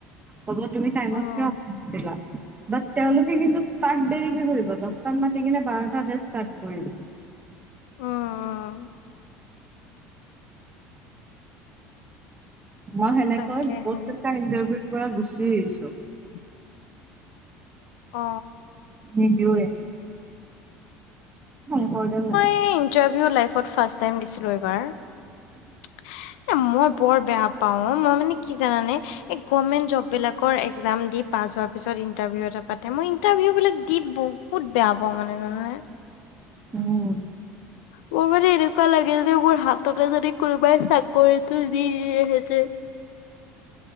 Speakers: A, on the right; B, on the left.
A: কব তুমি টাইমত
B: উম,
A: কিয় নাহিলা বাত তেওঁলোকে কিন্তু ষ্টাৰত দেৰিকে কৰিব দচটাত মাতি কিনে বাৰটাতহে ষ্টাৰত কৰিব।
B: উম, উম,
A: মই সেনেকৈ
B: তাকেহে
A: বহুত কেইটা ইন্টাৰভিউৰ পৰা গুচি আহিছোঁ।
B: <unintelligible> অ
A: নিদিও এ ফোন কৰিলেও নাযাও
B: এই ইণ্টাৰভিউ লাইফত ফাৰ্ষ্ট টাইম দিছিলোঁ এইবাৰ এ, মই বৰ বেয়া পাওঁ অ, মই মানে কি জানানে এই গভৰ্ণমেন্ট জব বিলাকৰ একজাম দি পাছ হোৱাৰ পিছত ইণ্টাৰভিউ এটা পাতে মই ইণ্টাৰভিউ বিলাক দি বহু বহুত বেয়া পাওঁ মানে জানানে
A: উম
B: মোৰ মানে এনেকুৱা লাগে যে মোৰ হাততে যদি কোনোবাই চাকৰিটো দি দিলে হেতেন